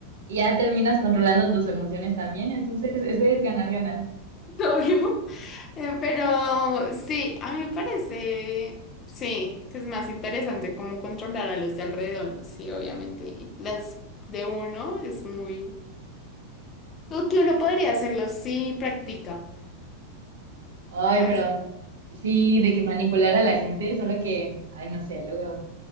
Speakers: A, on the right; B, on the left.
A: Y ya terminas controlando tus emociones también, entonces ese es ganar, ganar.
B: <laughs> obvio. Eh, Pero sí, a mí me parece, sí, que es más interesante cómo controlar a los de alrededor. Sí, obviamente, las de uno es muy... Lo que uno podría hacerlo si practica,
A: Ay,
B: ¿sabes?
A: pero sí, de que manipular a la gente, solo que, ay, no sé, luego.